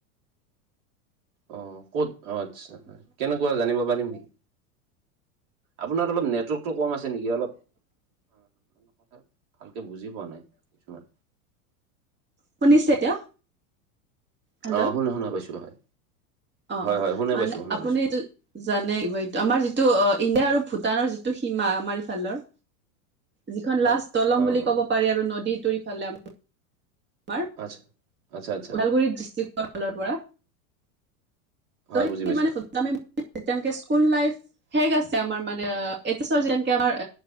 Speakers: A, on the right; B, on the right.
A: অ ক'ত অ ', আচ্ছা হয় কেনেকুৱা জানিব পাৰিম নেকি। আপোনাৰ অলপ নেটৱৰ্কটো কম আছে নেকি অলপ ক ভালকে বুজি পোৱা নাই। কিছুমান
B: শুনিছে এতিয়া। হেল্ল'
A: অ, শুনা - শুনা পাইছো হয়।
B: অ',
A: হয়
B: অ',
A: হয় শুনা
B: মানে
A: পাইছো শুনা
B: আপুনি
A: পাইছো
B: জানে এই আমাৰ যিটো ইণ্ডিয়া আৰু ভূটানৰ যিটো সীমা আমাৰ ইফালৰ যিখন
A: অ',
B: লাষ্ট দলং
A: অ',
B: বুলি
A: অ',
B: ক'ব পাৰি আৰু নদীটোৰ ইফালে আমাৰ
A: আচ্ছা, আচ্ছা, আচ্ছা,
B: ওদালগুৰি ডিষ্ট্ৰিক্ট। ৰ পৰা
A: হয়
B: তই
A: বুজি
B: সেই
A: পাইছোঁ।
B: মানে আমিনকে স্কুল লাইফ হেগ আছে আমাৰ মানে এইছৰ যেনকে আমাৰ